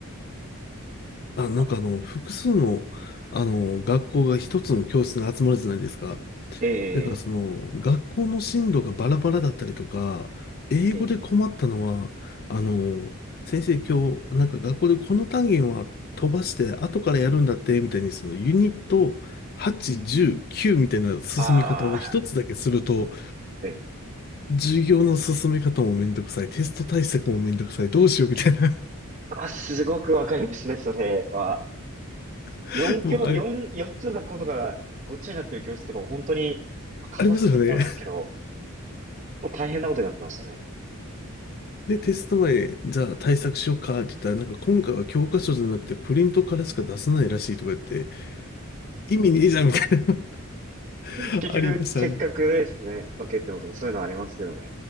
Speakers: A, on the left; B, on the right.
A: あ、なんかあの、
B: あ、
A: 複数の、あの、学校が一つの教室に集まるじゃないですか。
B: え
A: だからその、学校の進路がバラバラだったりとか、英語で困ったのは、
B: ー、えー、
A: あの、先生今日、なんか学校でこの単元は飛ばして後からやるんだって、みたいにそのユニット8、10、9みたいな進み方を一つだけすると、
B: あー、えー、
A: 授業の進め方もめんどくさい、テスト対策もめんどくさい、どうしようみたいな、
B: あ、すごくわかりますね、それは。
A: <laughs>
B: 4教、
A: もうあれ、
B: 四四つの学校とかごっちゃになってる教室とかも本当に、まあカオスって言ったんですけど、
A: ありますよね。
B: もう大変なことになってましたね。
A: で、テスト前、じゃあ対策しようかって言ったら、なんか今回は教科書じゃなくてプリントからしか出せないらしいとか言って、意味ねえじゃんみたいな <laughs>
B: 結局、
A: ありましたね。
B: せっかくですね、分けてもとかそういうのありますよね。